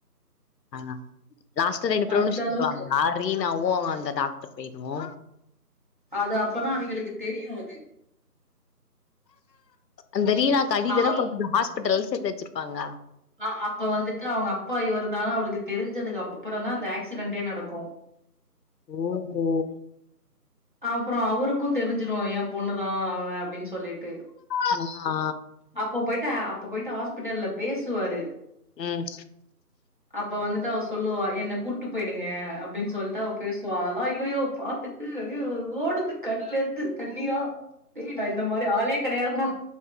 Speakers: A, on the left (about 80°); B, on the right (about 30°).
A: ஆ லாஸ்ட் ரெண்டு பேறு
B: அந்த
A: சேர்ந்துருவாங்களா
B: அளவுக்கு
A: ரீனாவும் அவங்க அந்த டாக்டர் பையனோ
B: அது அப்பதா அவுங்களுக்கு தெரியூ அது
A: அந்த ரீனாக்கு அடிதான
B: அவ
A: படுது ஹாஸ்பிட்டல்ல சேத்து வச்சிருப்பாங்க
B: அ அப்ப வந்துட்டு அவங்க அப்பா இவர்தான அவளுக்கு தெரிஞ்சதுக்கு அப்புறம் தா அந்த ஆக்சிடென்டே நடக்கோ
A: ஒ ஓ
B: அப்புறோ அவருக்கூ தெரிஞ்சிரும் ஏன் பொண்ணுதா அப்படின்னு சொல்லிட்டு
A: அ ஆ
B: அப்ப போயிட்டு அப்ப போயிட்டு ஹாஸ்பிட்டல்ல பேசுவாரு
A: ம்
B: அப்ப வந்துட்டு அவெ சொல்லுவா என்னை கூட்டு போயிடுங்க அப்படின்னு சொல்லிட்டு அவெ பேசுவா அதெல்லாம ஐய்யய்யோ பார்த்துட்டு அப்படியே ஓடுது கண்லேர்ந்து தண்ணியா டேய் இந்த மாரி ஆளே கிடையாதுா